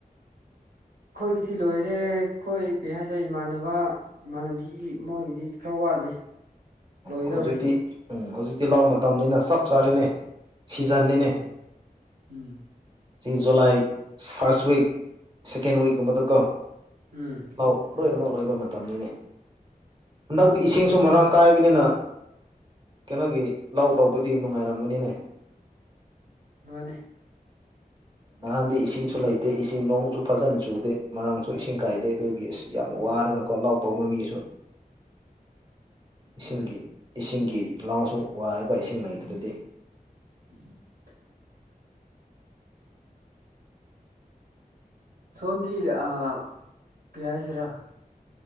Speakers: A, on the right; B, on the right.
A: ꯑꯩꯈꯣꯏꯒꯤꯗꯤ ꯂꯣꯏꯔꯦ ꯑꯩꯈꯣꯏ ꯀꯩ ꯍꯥꯏꯁꯦ ꯏꯃꯥꯟꯅꯕ ꯏꯃꯥꯟꯅꯕꯤ ꯃꯣꯏꯒꯤꯗꯤ ꯈꯔ ꯋꯥꯠꯂꯤ ꯂꯣꯏꯗꯧꯔꯦ
B: ꯑ ꯍꯧꯖꯤꯛꯇꯤ ꯎꯝ ꯍꯧꯖꯤꯛꯇꯤ ꯂꯧ ꯃꯇꯝꯅꯤꯅ ꯆꯞ ꯆꯥꯔꯤꯅꯦ ꯁꯤꯖꯥꯟꯅꯦꯅꯦ
A: ꯎꯝ ꯎꯝ
B: ꯁꯤ ꯖꯨꯂꯥꯏ ꯐꯥꯔꯁ ꯋꯤꯛ ꯁꯦꯀꯦꯟ ꯋꯤꯛꯀꯨꯝꯕꯗꯀꯣ
A: ꯎꯝ
B: ꯂꯧ ꯂꯣꯏꯅꯃꯛ ꯂꯣꯏꯕ ꯃꯇꯝꯅꯤꯅꯤ ꯍꯟꯗꯛꯇꯤ
A: ꯎꯝ
B: ꯏꯁꯤꯡꯁꯨ ꯃꯔꯥꯡ ꯑ ꯀꯥꯏꯕꯅꯤꯅ ꯀꯩꯅꯣꯒꯤ ꯂꯧ ꯇꯧꯕꯗꯤ ꯅꯨꯡꯉꯥꯏꯔꯃꯅꯤꯅꯦ
A: ꯃꯥꯅꯦ
B: ꯅꯍꯥꯟꯗꯤ ꯏꯁꯤꯡꯁꯨ ꯂꯩꯇꯦ ꯏꯁꯤꯡ ꯅꯣꯡꯁꯨ ꯐꯖꯅ ꯆꯨꯗꯦ ꯃꯔꯥꯡꯁꯨ ꯏꯁꯤꯡ ꯀꯥꯏꯗꯦ ꯑꯗꯨꯒꯤ ꯑꯁ ꯌꯥꯝ ꯋꯥꯔꯒ ꯀꯣ ꯂꯥꯎ ꯇꯧꯕ ꯃꯤꯁꯨ
A: <inaudible>
B: ꯏꯁꯤꯡꯒꯤ
A: ꯎꯝ
B: ꯏꯁꯤꯡꯒꯤ ꯏ ꯂꯥꯎꯁꯨ ꯋꯥꯏꯕ ꯏꯁꯤꯡ ꯂꯩꯇ꯭ꯔꯗꯤ
A: <inaudible> ꯁꯣꯝꯗꯤ ꯑ ꯀꯌꯥ ꯁꯤꯔ